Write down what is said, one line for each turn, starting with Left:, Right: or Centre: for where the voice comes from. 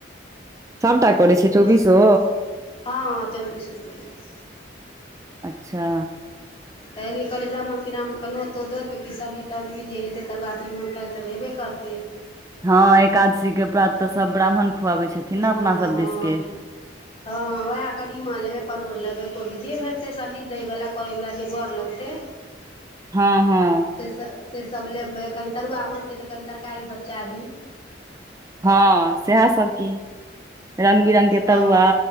Right: सभटा करै छै
Left: हँ
Right: चौबीसो
Left: चौबिस रुपया ल छिये
Right: अच्छा
Left: तऽ एलियै कहलिय ब्राह्मणि्राम्मणकेणोतो द देबै सब्जी तब्ज़ी जे हेै तकर बाद ई मन काल तऽ हेबे करते
Right: हँ एकादशी के प्रात तऽ सब ब्राह्मण खुआबै छथिन
Left: हँ
Right: ने अपना सब देिश के
Left: <inaudible> हँ ओएह कदीमा लेबै परोड़ लेबै कोबी जे भेटतै सब्जी दैयवला करैवला जे गर लगतै
Right: हँ हँ
Left: से सब से सभ लेबै कनि तरुआ बनतै तऽ कनि तरकारी सभ चाही
Right: हँ सएहसभ की रंग बिरंग के
Left: हँ
Right: तरुआ